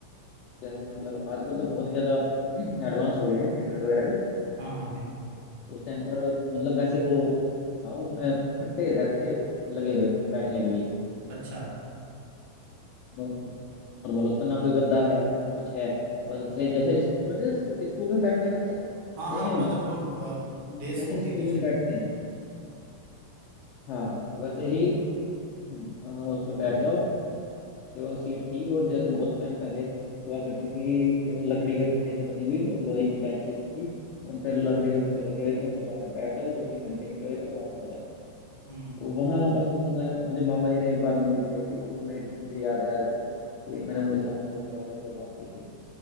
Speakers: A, on the left; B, on the right.
A: जैसे मतलब आजकल तो बहुत ही ज़्यादा <clears throat> एडवांस हो गए हैं थिएटर वगैरह भी
B: हाँ हाँ बिल्कुल
A: उस टाइम पर मतलब वैसे वो था उसमें फट्टे रहते थे लगे हुए बैठने के लिए
B: अच्छा
A: नो- नॉर्मल उसमें ना कोई गद्दा है ना कुछ है बस ऐसे ही जैसे इस- मतलब जैसे स्कूल में बैठते हैं बच्चे
B: हाँ
A: सेम
B: हाँ मतलब वो अ, देश
A: जैसे
B: होती
A: स्कूल
B: थी
A: में
B: शायद
A: बैठते हैं हाँ वैसे ही अ, उस पर बैठ जाओ केवल सीट थी वो जैसे बहुत टाइम पहले हुआ करती थी केवल लकड़ी के फट्टे से बनी हुई और लोहे की बेंचेस थी उन पर लकड़ी के फट्टे लगे हुए थे उन पर जाकर बैठ जाओ दो तीन घंटे एंजॉय करो वापस आ जाओ
B: हम्म
A: वहाँ बस मैं मुझे मामा जी ने एक बार मूवी दिखाई थी वो मेरे मुझे याद है आज भी कि मैंने उनके साथ में सबसे पहले शुरुआत की थी